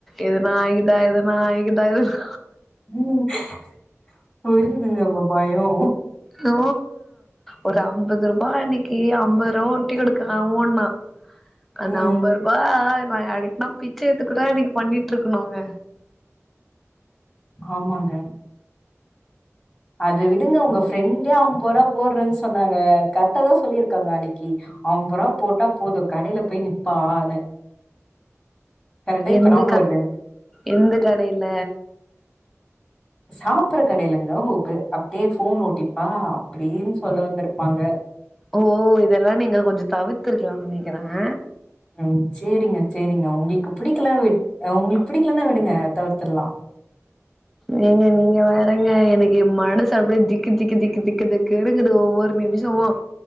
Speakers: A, in the centre; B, on the left.
A: எதனா ஆய்க்குதா எதனா ஆய்க்குதா எதனா
B: <unintelligible> புரியுதுங்க உங்க பயோ
A: நோ ஒரு ஐம்பது ரூபா அப்பா அன்னைக்கு ஐம்பது ரூபா ஒட்டி எடுக்க அவன் ஓட்னா அந்த
B: ம்
A: அம்பதுருபா நான் யார்கிட்டனா பிச்சை எத்து கூட அன்னைக்கு பண்ணிட்டு இருக்கணுங்க
B: ஆமாங்க அது விடுங்க உங்க ஃப்ரெண்டே ஐம்பது ரூபாய் போடுறன்னு சொன்னாங்க கரெக்டா தான் சொல்லியிருக்காங்க அன்னைக்கு ஐம்பது ரூபா் போட்டா போதும் கடையில போய் நிப்பான்னு கரெக்டா
A: எந்த
B: இப்ப ஞாபகம் வருது எனக்கு.
A: எந்த கடையில
B: சாப்பற கடையிலங்க <unintelligible> அப்படியே போன் ஓட்டிப்பா அப்படின்னு சொல்ல வந்திருப்பாங்க
A: ஓ இதெல்லாம் நீங்க கொஞ்ச தவிர்த்துருக்கலானு நினைக்கிறேன்
B: உம் சரிங்க சரிங்க உங்களுக்கு பிடிக்கலைன்னா விடுங்க உங்களுக்கு பிடிக்கலன்னா விடுங்க தவிர்த்தர்லா
A: நீங்க நீங்க வேறங்க எனக்கு மனுசு அப்படியே திக்கு திக்கு திக்கு திக்கு திக்கு எக்குது ஒவ்வொரு நிமிஷமும்